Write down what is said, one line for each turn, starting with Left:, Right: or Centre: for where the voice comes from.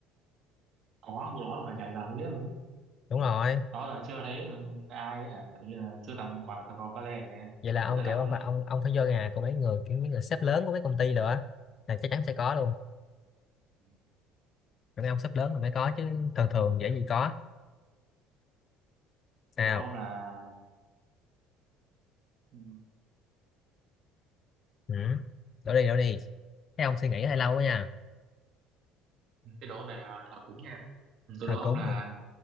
Right: có vụ đó luôn là dài dài mới biết luôn ấy
Left: đúng rồi
Right: đó là chưa thấy ai ấy, hả kiểu như là sưu tầm quả cầu pha lê để
Left: vậy là ông
Right: vứt tài lộc
Left: kiểu ông
Right: luôn
Left: phải
Right: ấy
Left: ông ông phải vô nhà của mấy người kiểu mấy người sếp lớn của mấy công ty rồi á là chắc chắn sẽ có luôn
Right: Ừ.
Left: mấy ông sắp lớn rồi mới có chứ thường thường dễ gì có sao
Right: từ đó ông là ừ,
Left: ừ. đổ đi đổ đi thấy ông suy nghĩ hơi lâu quá nha
Right: Thế đố về à, thờ cúng nha. Ừ, tôi
Left: thờ
Right: đố ông
Left: cúng
Right: là
Left: không